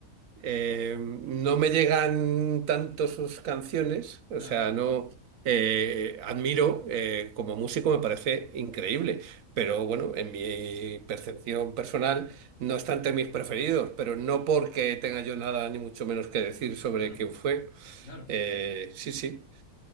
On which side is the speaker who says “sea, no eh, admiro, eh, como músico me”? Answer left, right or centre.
Right